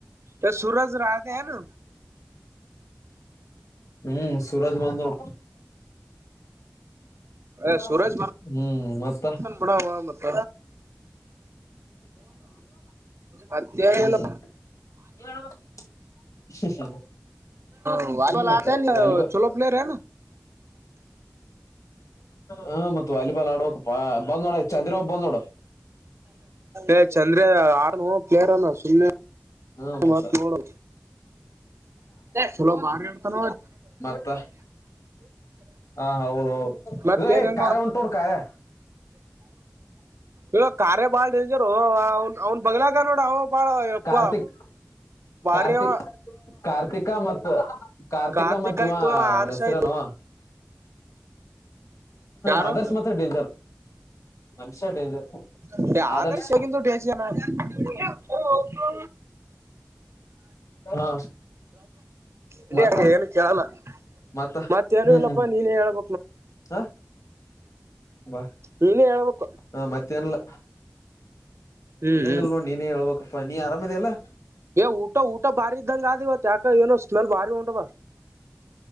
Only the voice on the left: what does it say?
ಹ್ಮ್ ಸೂರಜ ಬಂದ ನೋಡು
ಹ್ಮ್
ಮತ್ತ
ಹ್ಮ್ <unintelligible>
ಮತ್ತ ವಾಲಿಬಾಲ್
ಹ ಮತ್ ವಾಲಿಬಾಲ್ ಆಡ್ಬೇಕಕ್ ಬಂದ್ ನೋಡ ಚಂದ್ರಾಒಬ್ಬ ಬಂದ್ ನೋಡು
ಹಾ ಮತ್ತೆ
ಮತ್ತ ಹ ಹೌದೌದು
ಇದು ಹೇ ಖಾರೆ ಉಂಟೋಡ್ ಖಾರೆ
ಕಾರ್ತಿಕ್
ಕಾರ್ತಿಕ್
ಕಾರ್ತಿಕ ಮತ್ತು ಕಾರ್ತಿಕ
ಮತ್ತು
ಇವಾನ್ ಅವನ್
ಹೆಸರುಹೇನು
ಆದರ್ಶ್ ಮಾತ್ರ ಡೇಂಜರ್ ಮನುಷ್ಯ ಡೇಂಜರ್
ಆದರ್ಶ್
ಹಾ
ಮತ್ತ
ಮತ್ತ
ಹ್ಮ್
ಹ್ಮ್
ಹ ಬಾ
ಹ ಮತ್ತೇಏನಿಲ್ಲ
ಏನಲ್
ನೋ ನೀನೇ ಹೇಳ್ಬೇಕಪ್ಪಾ ನೀ ಆರಾಮದೇಲ್ಲಾ